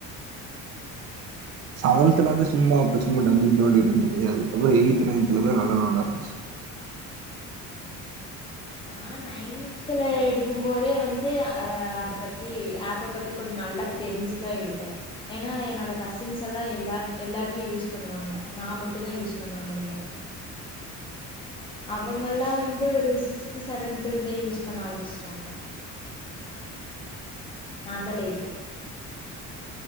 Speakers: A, on the right; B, on the left.
A: செவன்த்ல வந்து சும்மா அப்ப சும்மா டம்பிக் நோண்டட்டு இருந்துச்சு அதுக்கப்புறோ எயி்த் நைன்தலதான் நல்லா நோண்டாரமுச்சு
B: நா நைன்தல எடுக்கு போதே வந்து அஹ் அத பத்தி ஆப்ப பத்தி கொஞ்சோ நல்லா தெரிஞ்சுதா எடுத்தே ஏன்னா என்னோட கசின்ஸ் எல்லா எல்லா எல்லாருமே யூஸ் பண்ணுவாங்க நா மட்டும்தா யூஸ் பண்ணாம இருந்தே அவங்கல்லா வந்து ஒரு சிக்ஸ்த் செவன்தலந்தே யூஸ் பண்ண ஆரம்பிச்சிட்டாங்க நாதாலேட்டு